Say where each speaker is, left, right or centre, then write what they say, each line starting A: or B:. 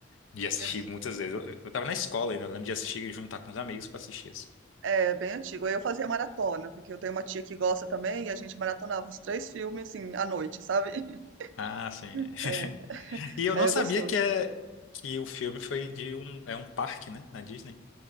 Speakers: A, on the left; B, on the right.
A: De assistir
B: É.
A: muitas vezes. Eu, eu tava na escola ainda, eu lembro de assistir, e juntar com os amigos pra assistir isso.
B: É, bem antigo. eu fazia maratona, porque eu tenho uma tia que gosta também, e a gente maratonava os três filmes, assim, à noite, sabe? <laughs>
A: Ah, sim. <laughs>
B: É,
A: E eu
B: aí
A: não
B: é
A: sabia
B: gostoso.
A: que, é, que o filme foi de um. É um parque, né? Na Disney.